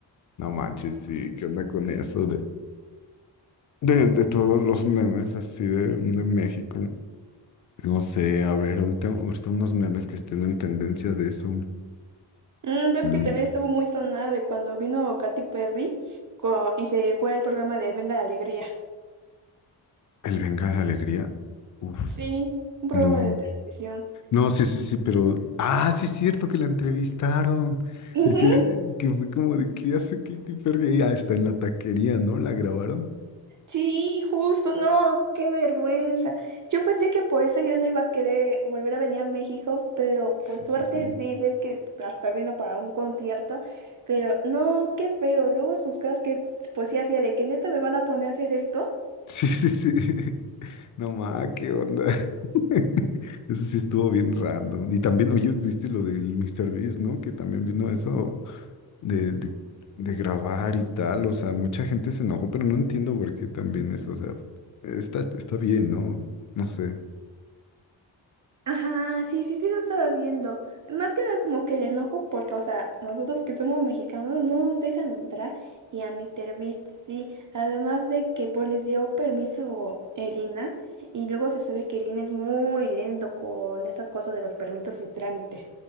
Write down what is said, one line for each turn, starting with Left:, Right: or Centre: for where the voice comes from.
Left: No manches, sí, ¿qué onda con eso de, de, de todos los memes así de, de México? No sé, a ver, ahorita, ahorita unos memes que estén en tendencia de eso.
Right: Mm, ves
Left: Mm,
Right: que también estuvo muy sonada de cuando vino Katy Perry co- y se fue al programa de Venga la Alegría.
Left: El Venga la Alegría. Uf,
Right: Sí, un programa
Left: no.
Right: de televisión.
Left: No, sí, sí, sí, pero. Ah, sí, es cierto que la entrevistaron.
Right: Ujú,
Left: Y que, y que fue como de, ¿qué hace Katy Perry? ahí? Ah, está en la taquería, ¿no? La grabaron.
Right: Sí, justo, no, qué vergüenza. Yo pensé que por eso yo no iba a querer volver a venir a México, pero
Left: Sí,
Right: por suerte
Left: sí, sí.
Right: sí, ves que hasta vino para un concierto, pero no, qué feo. Luego sus caras que pues sí hacía de que neta me van a poner a hacer esto.
Left: Sí, sí, sí. <laughs> No ma, qué onda. <laughs> Eso sí estuvo bien random. Y también, oye, viste lo del Mr. Beast, ¿no? Que también vino eso de, de, de grabar y tal. O sea, mucha gente se enojó, pero no entiendo por qué también eso. O sea, está, está bien, ¿no? No sé.
Right: Ajá, sí, sí, sí lo estaba viendo. Más que nada como que el enojo porque, o sea, nosotros que somos mexicanos no nos dejan entrar y a Mr. Beast sí. Además de que pues les dio permiso Elina y luego se sabe que Elina es muy lento con esa cosa de los permisos y trámites.